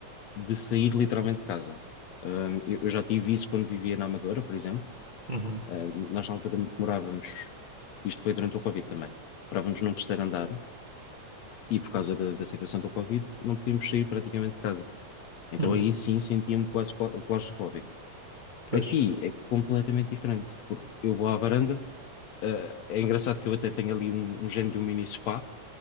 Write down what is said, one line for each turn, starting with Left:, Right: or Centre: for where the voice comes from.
Left: de sair literalmente de casa. Ahm, eu, eu já tive isso quando vivia na Amadora, por exemplo.
Right: uhum.
Left: Ahm, nós na altura morávamos, isto foi durante o Covid também, morávamos num terceiro andar e por causa da, da situação do Covid não podíamos sair praticamente de casa. Então
Right: Uhum,
Left: aí sim sentia-me quase clau- claustrofóbico.
Right: pois.
Left: Aqui é completamente diferente, porque eu vou à varanda eh, é engraçado que eu até tenho ali um, um género de um mini spa.